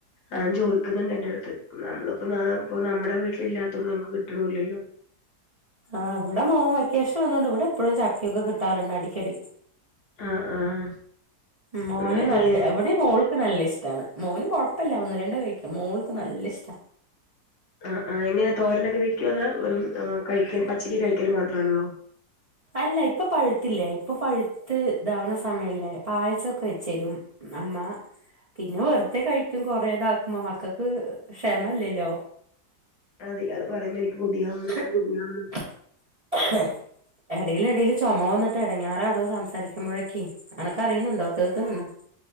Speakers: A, on the left; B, on the right.
A: അവൻ ചോദിക്കുന്നുണ്ട് എൻ്റെ അടുത്ത്. നമ്മളിപ്പോ നാപ്പോ നമ്മുടെ വീട്ടിൽ ഇല്ലാത്തോണ്ട് നമുക്ക് കിട്ട്ണൂല്ലല്ലോ.
B: ആഹ് ഇവിടെ മോൻ വൈക്കേഷൻ വന്നോണ്ട്, ഇവിടെ എപ്പഴും ചക്കയൊക്കെ കിട്ടാറുണ്ട് അടിക്കടി.
A: ആഹ് ആഹ്
B: ഉം മോന്
A: അങ്ങനെയല്ലേ
B: നല്ല വ്ടേം മോൾ. ക്ക് നല്ല ഇഷ്ട്ടാണ്. മോന് കുഴപ്പല്ല ഒന്ന് രണ്ട് കഴിക്കും. മോൾക്ക് നല്ല ഇഷ്ടാ.
A: ആഹ്, ആ എങ്ങനെ തോരനൊക്കെ വെക്കുവോ അത്. കഴിക്കോ, പച്ചക്ക് കഴിക്കല് മാത്രണോ?
B: അല്ല. ഇപ്പൊ പഴുത്തില്ലേ, ഇപ്പൊ പഴുത്ത് ഇതാവണ സ സമയല്ലേ. പായസൊക്കെ വെച്ചരും അമ്മ. പിന്നെ വെറുതെ കഴിക്കും കൊറേതാക്കുമ്പോ മക്കക്ക് ക്ഷമല്ലല്ലോ.
A: അതിയാള് പറയുമ്പോ എനിക്ക് കൊതിയാവുന്ന്.
B: <unintelligible> എടയില് ഇടയിൽ ചൊമ വന്നിട്ട് എടങ്ങെറാടോ സംസാരിക്കുമ്പോഴൊക്കെ. അനക്ക് അറിയുന്നുണ്ടോ കേക്കുന്നുണ്ടോ?